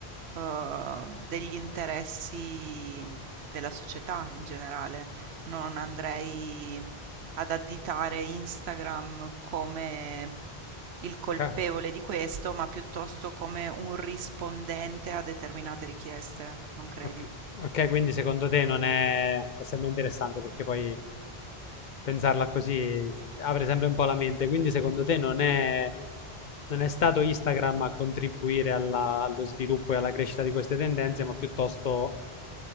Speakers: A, on the right; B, on the left.
A: eh, degli interessi della società in generale non andrei ad additare Instagram come il colpevole
B: Ca-
A: di questo, ma piuttosto come un rispondente a determinate richieste, non credi?
B: Ok, ok, quindi secondo te non è... è sempre interessante perché poi pensarla così apre sempre un po' la mente. Quindi secondo te non è, non è stato Instagram a contribuire alla- allo sviluppo e alla crescita di queste tendenze, ma piuttosto